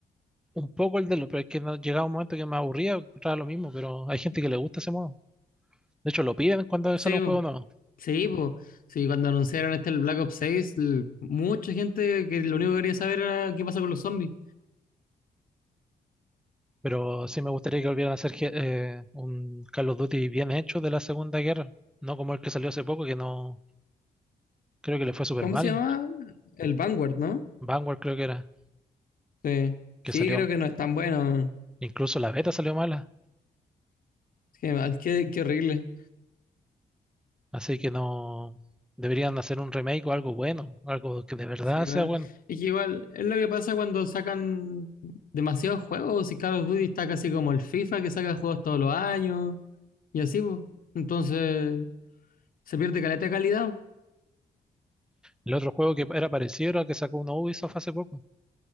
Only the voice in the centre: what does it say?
un poco el de los, pero es que no, llegaba un momento que me aburría, encontraba lo mismo, pero hay gente que le gusta ese modo. De hecho, lo piden cuando
sale un
juego nuevo.
Pero sí me gustaría que volvieran a hacer je- eh, un Call of Duty bien hecho de la Segunda Guerra, no como el que salió hace poco, que no. Creo que le fue súper
mal.
Vanguard creo que era,
que
salió.
Incluso la beta salió mala.
Así que no deberían hacer un remake o algo bueno, algo que de verdad
sea bueno.
El otro juego que era parecido era el que sacó uno Ubisoft hace poco,